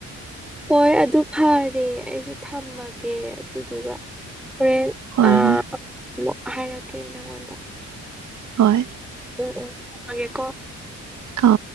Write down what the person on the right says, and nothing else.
ꯍꯣꯏ
ꯍꯣꯏ
ꯍꯣꯏ
ꯑ